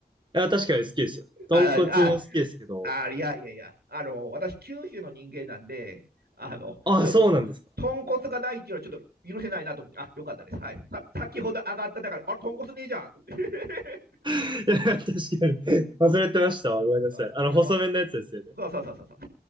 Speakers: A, on the right; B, on the right.
A: や、確かに好きですよ。豚骨も好きですけど、
B: ああ、あ、あ、いやいやいや。あの、私、九州の人間なんで、あの、
A: ああ、
B: ちょっと、
A: そうなんですか。
B: 豚骨がないっていうのはちょっと許せないなと思って、あ、よかったです。はい。さ先ほど上がった中で、あれ、豚骨ねえじゃんと思って。
A: いや、確かに。忘れてましたわ。
B: <laughs>
A: ごめんなさい。
B: あ、
A: あの、
B: やば。
A: 細麺のやつですよね。
B: そうそうそうそうそう。